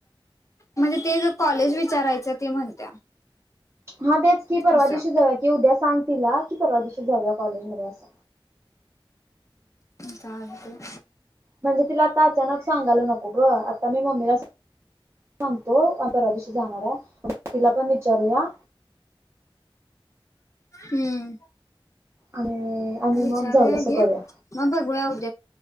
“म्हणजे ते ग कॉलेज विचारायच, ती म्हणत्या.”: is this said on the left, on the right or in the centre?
Left